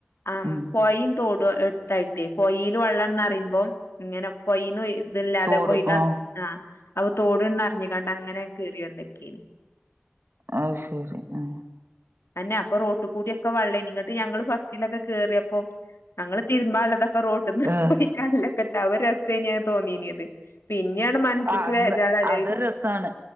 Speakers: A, on the left (about 85°); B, on the right (about 60°).
A: ആ
B: ഉം
A: പോയിം തോട എടുത്തായിട്ടേ പയിൽ വെള്ളംന്ന്റിയുമ്പോ ഇങ്ങനെ പൊയിന്ന് ഇതല്ലാതെ
B: തോട്
A: ഒഴികാ
B: ആഹ്
A: ആ അവ തോടണ് അറിഞ്ഞുകണ്ട് അങ്ങനെ കയറിയ എന്തൊക്ക കെണി
B: ആ ശരി ആ
A: അന്നെ അപ്പൊ റൊട്ട് കൂടിയൊക്കെ വള്ളേെ നിങ്ങട്ട് ഞങ്ങള്ൾ ഫസ്റ്റിലൊക്കെ ക കേറിയപ്പ അപ്പം ഞങ്ങള്ൾ തിരുമ്പ ഉള്ളതൊക്കെ റോട്ടിൽ നിന്ന്
B: ആഹ്
A: പോയി കല്ലക്കെട്ടാ ഒരു ൻ തോന്നീന്യത് പിന്നെയാണ് മനസ്ക്ക്
B: ആഹ് അന്ന്
A: വേചറ അല്ലായത്
B: അതൊരു രസാണ്